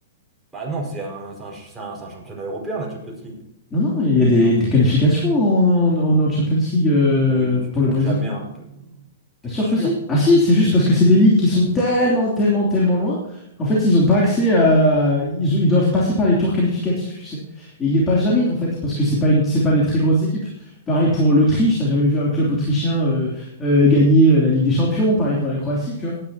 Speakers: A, in the centre; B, on the left.
A: Bah non, c'est un, c'est un, ch- c'est un, c'est un championnat européen, la Champions League.
B: Non, non, il y a des,
A: Donc,
B: des qualifications en, en, en Champions League euh,
A: mais oui, mais tu
B: pour
A: trouves
B: le Brésil.
A: jamais un peu. T'es
B: Bien sûr
A: sûr?
B: que si. Ah si, c'est juste parce que c'est des ligues qui sont tellement, tellement, tellement loin qu'en fait, ils n'ont pas accès à... Ils, ont- ils doivent passer par les tours qualificatifs, tu sais. Et ils les passent jamais, en fait, parce que c'est pas une... c'est pas des très grosses équipes. Pareil pour l'Autriche, t'as jamais vu un club autrichien euh, euh, gagner euh, la Ligue des Champions. Pareil pour la Croatie, tu vois.